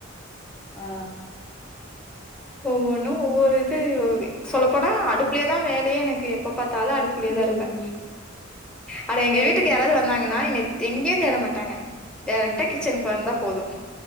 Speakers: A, on the left; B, in the centre.
A: ஆ
B: ஒவ்வொன்னு ஒவ்வொரு இது சொல்லப்போனா அடுப்புலயே தான் வேலையே எனக்கு எப்பபா எப்ப பாத்தாலு அடுப்புள்ளய தான்
A: ம்
B: இருப்பேன் ஆனா
A: சரி
B: எங்க வீட்டுக்கு யாராவது வந்தாங்கன்னா என்னை எங்கயும் தேட மாட்டாங்க டேரக்டா
A: ம்
B: கிச்சன்க்கு வந்தா போதும்